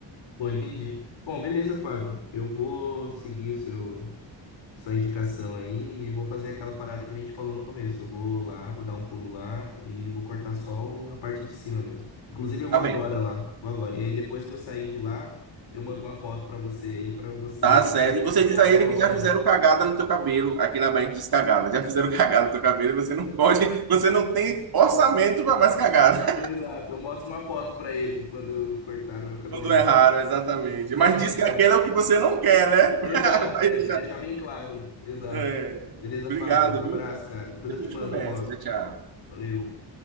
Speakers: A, on the left; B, on the right.
A: Pô, entendi. Bom, beleza, Fábio. Eu vou seguir seu, sua indicação aí e vou fazer aquela parada que a gente falou no começo. Eu vou lá, vou dar um pulo lá e vou cortar só o- a parte de cima mesmo. Inclusive, eu
B: Tá
A: vou
B: bem,
A: agora lá, vou agora. E aí, depois que eu sair de lá, eu mando uma foto pra você aí, pra você,
B: tá sério.
A: para ver
B: E você
A: se você
B: diz
A: aprova
B: a ele que já
A: ou não.
B: fizeram cagada no teu cabelo, aqui na Bahia a gente diz cagada, já fizeram <laughs> cagada no teu cabelo, você não pode, você não tem orçamento para mais cagada.
A: Exato, eu mostro uma foto pra ele de quando cortaram
B: <laughs>
A: meu cabelo
B: Quando
A: errado.
B: erraram, exatamente.
A: Fechou
B: Mas diz
A: então.
B: que aquele é o que você não quer, né?
A: Exato,
B: <laughs> Vai
A: é,
B: deixar-
A: tem que deixar bem claro. Exato.
B: é,
A: Beleza,
B: obrigado,
A: Fábio? Abraço,
B: viu?
A: cara. Depois
B: Depois
A: eu te
B: a
A: mando
B: gente conversa.
A: a foto.
B: Tchau, tchau.
A: Valeu.